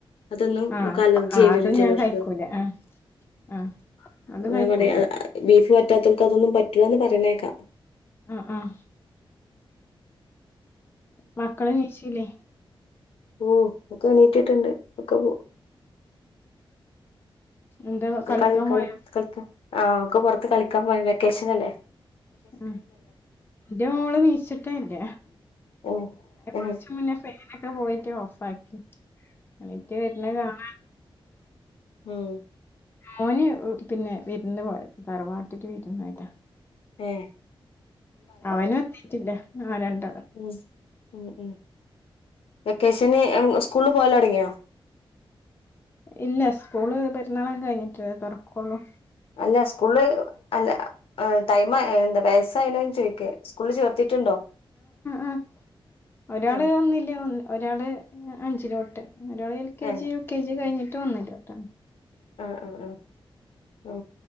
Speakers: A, on the left; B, on the left.
A: അതൊന്നും
B: ആഹ്
A: ഒക്കെ അലർജി
B: ആഹ്
A: ആയി
B: അതും
A: വരും ചിലർക്ക്
B: ഞാൻ കഴിക്കൂല ആഹ് ആഹ് അത്
A: അങ്ങനെ
B: കഴിക്കൂല
A: പറയാ ബീഫ് പറ്റാത്തവർക്ക് അതൊന്നും പറ്റില്ലന്ന് പറയുന്നേക്കാം
B: ആഹ് ആഹ് മക്കളെ മീശല്ലേ
A: ഓ ഒക്കെ എണീറ്റിട്ടുണ്ട് ഒക്കെ പോ
B: എന്താ കളിക്കാൻ
A: കള കളി
B: പോയോ
A: ആഹ് ഒക്ക പുറത്ത് കളിക്കാൻ പോ വെക്കേഷനല്ലേ
B: ഉ ന്റെ മോള് നീച്ചിട്ടല്ല
A: ഉം ഉം
B: കുറച്ച മുന്നേ ഫനൊക്കെ പോയിട്ട് ഓഫ് ആക്കി ഈറ്റ വരുന്ന കാണ
A: ആം
B: മോന് പിന്നെ വിരുന്ന് പോയ് തറവാട്ടില് വീരുന്നായിട്ടാ
A: ഏ
B: അവനും എത്തീട്ടില്ല ആനണ്ട്
A: ഉം ഉം ഉം വെക്കേഷന് സ്കൂളില് പോവലൊടങ്ങിയോ
B: ഇല്ല സ്കൂള് പെരുന്നാളൊക്കെ കഴിഞ്ഞിട്ട് തുറക്കുള്ളൂ
A: അല്ല സ്കൂള് അല്ല ടൈം എന്താ വയസായനന്ന് ചോയ്ക്ക് സ്കൂളിൽ ചേർത്തിട്ടുണ്ടോ
B: ആ ഒരാൾ
A: ഉം
B: ഒന്നില് ഒരാൾ അഞ്ചിലോട്ട് ഒരാള് എൽ കെ
A: ഏഹ്
B: ജി യു കെ ജി കഴിഞ്ഞിട്ട് വന്നില്ലട്ടാ
A: ആ ആ ആ ഉ